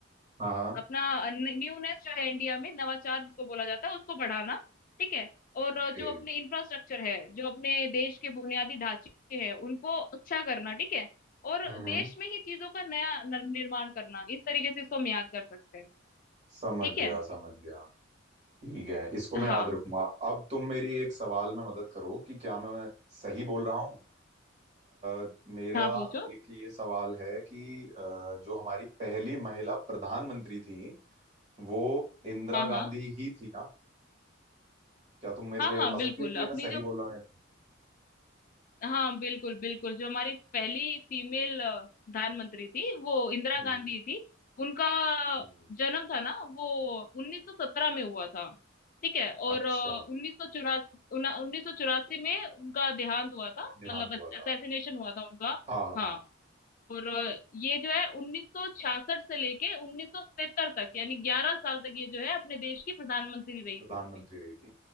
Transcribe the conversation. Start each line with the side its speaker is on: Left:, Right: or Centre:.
Right: हाँ हाँ
Left: अपना न्यूनेस जो है इंडिया में नवाचार जिसको बोला जाता है उसको बढ़ाना ठीक है और अ, जो
Right: ओके
Left: अपने इंफ्रास्ट्रक्चर है जो अपने देश के बुनियादी ढांचे हैं उनको अच्छा करना ठीक है और
Right: हम्म
Left: देश
Right: हम्म।
Left: में ही चीजों का नया नर- निर्माण करना इस तरीके से इसको हम याद कर सकते हैं
Right: समझ
Left: ठीक
Right: गया
Left: है
Right: समझ गया ठीक है इसको मैं
Left: हाँ
Right: याद रखूंगा अब तुम मेरी एक सवाल में मदद करो कि क्या मैं सही बोल रहा हूँ अ, मेरा
Left: हाँ पूछो
Right: एक ये सवाल है कि अ, जो हमारी पहली महिला प्रधानमंत्री थी वो इंदिरा
Left: हाँ हाँ
Right: गांधी ही थी ना क्या तुम मेरे
Left: हाँ
Right: को ये
Left: हाँ
Right: बता
Left: बिल्कुल
Right: सकती हो कि ये
Left: अपनी
Right: मैं सही
Left: जो
Right: बोल रहा हूँ या नहीं?
Left: हाँ बिल्कुल बिल्कुल जो हमारी पहली फीमेल अ, प्रधानमंत्री थी वो इंदिरा
Right: हम्म
Left: गांधी थी उनका
Right: हम्म।
Left: जन्म था ना वो 1917 में हुआ था ठीक है और
Right: अच्छा
Left: उन्नीस सौ चौरासी उन्नीस सौ चौरासी में उनका देहांत हुआ था
Right: देहांत
Left: मतलब असैसिनेशन
Right: हुआ था
Left: हुआ था उनका
Right: हाँ हाँ
Left: हाँ
Right: हाँ
Left: और अ, ये जो है उन्नीस सौ छियासठ से लेके उन्नीस सौ सत्तर तक यानी ग्यारह साल तक ये जो है अपने देश की प्रधानमंत्री रही
Right: प्रधानमंत्री
Left: थी
Right: रही थी